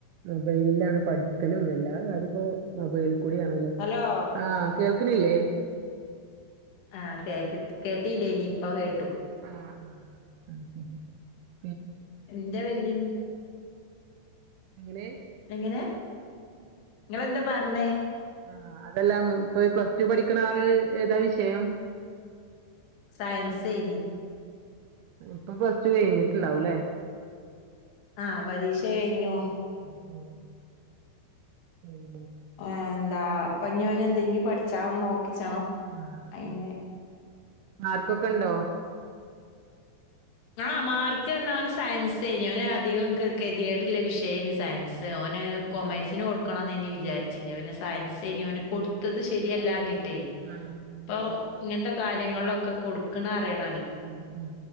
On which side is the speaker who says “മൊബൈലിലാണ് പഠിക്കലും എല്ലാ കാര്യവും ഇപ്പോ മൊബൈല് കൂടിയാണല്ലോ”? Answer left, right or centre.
Right